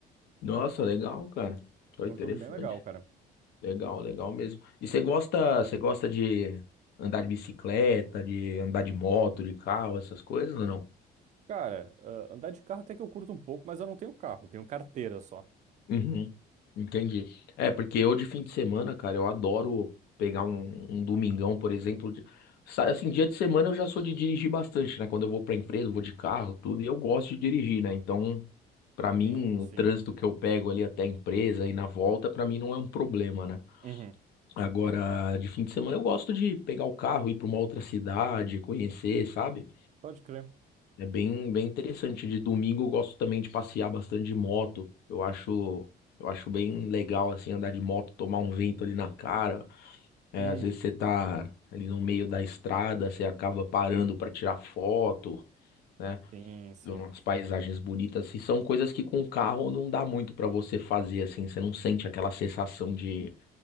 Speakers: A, on the left; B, on the right.
A: Nossa, legal, cara. Foi
B: É um
A: interessante.
B: jogo bem legal, cara.
A: Legal, legal mesmo. E você gosta, você gosta de andar de bicicleta, de andar de moto, de carro, essas coisas ou não?
B: Cara, ah, andar de carro até que eu curto um pouco, mas eu não tenho carro, eu tenho carteira só.
A: Uhum. Entendi. É, porque eu de fim de semana, cara, eu adoro pegar um, um domingão, por exemplo. de- sa- Assim, dia de semana eu já sou de dirigir bastante, né? Quando eu vou pra empresa, eu vou de carro, tudo, e eu gosto de dirigir, né? Então, pra mim,
B: Sim,
A: o
B: sim.
A: trânsito que eu pego ali até a empresa e na volta, pra mim não é um problema, né?
B: Uhum.
A: Agora, de fim de semana, eu gosto de pegar o carro, ir para uma outra cidade, conhecer, sabe?
B: Pode crer.
A: É bem, bem interessante. De domingo, eu gosto também de passear bastante de moto. Eu acho, eu acho bem legal, assim, andar de moto, tomar um vento ali na cara. É,
B: Uhum,
A: às vezes você tá ali no meio da estrada, você acaba parando para tirar foto, né?
B: sim, sim.
A: Ver Umas paisagens bonitas. E são coisas que com o carro não dá muito para você fazer, assim. Você não sente aquela sensação de